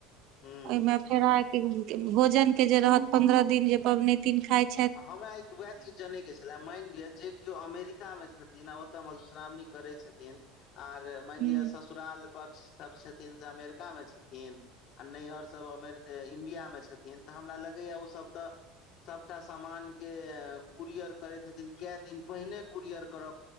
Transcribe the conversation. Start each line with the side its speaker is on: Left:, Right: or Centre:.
Left: हूँ
Right: ओय मे फेरा के भोजन के जे रहत पंद्रह दिन जे पबनैतिन खाइत
Left: हमरा एक वएह चीज जनय के छले मानि लिअ जे क्यो अमेरिका मे छथिन आ ओतय मधुश्रावणी करय छथिन आर
Right: छै
Left: मानि लिय ससुराल पक्ष सब छथिन से अमेरिका मे छथिन आ नैहर सभ अमेर इंडियामे छथिन त हमरा लगैए ओसभ त एकटा समान के कुरियर करे हथिन कै दिन पहिने कुरियर करब